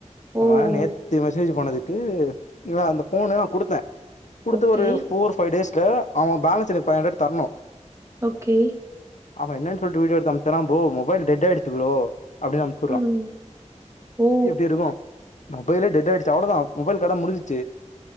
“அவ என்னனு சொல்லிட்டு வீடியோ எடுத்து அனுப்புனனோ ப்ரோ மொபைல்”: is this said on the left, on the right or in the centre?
Left